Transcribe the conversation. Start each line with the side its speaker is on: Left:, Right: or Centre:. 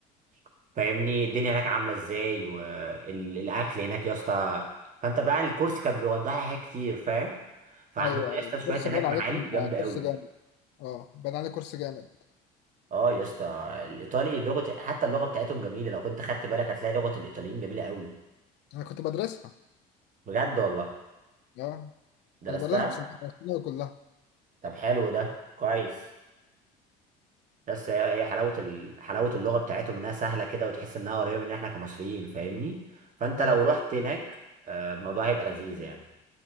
Right: وفاهمني الدنيا هناك عامله ازاي والاكل هناك يا اسطى فانت بقى الكورس كان بيوضح لي حاجات كتير فاهم فعندهم
Left: ايوه
Right: يا
Left: ايوه
Right: اسطى
Left: الكورس
Right: شويه هناك
Left: باين عليك
Right: معالم
Left: ان
Right: جامده
Left: كورس
Right: قوي
Left: جامد اه باين عليك كورس جامد
Right: اه يا اسطى الايطالي لغه حتى اللغه بتاعتهم جميله لو كنت خدت بالك هتلاقي لغه الايطاليين جميله قوي
Left: انا كنت بدرسها
Right: بجد والله
Left: اه
Right: درستها
Left: كنت بدرسها بصناعة بصناعة كلها
Right: طب حلو ده كويس بس هي هي حلاوة ال... حلاوة اللغة بتاعتهم انها سهلة كده وتحس انها قريبة من احنا كمصريين فاهمني فانت
Left: ايوه
Right: لو
Left: فاهم
Right: رحت هناك آه، الموضوع هيبقى لذيذ يعني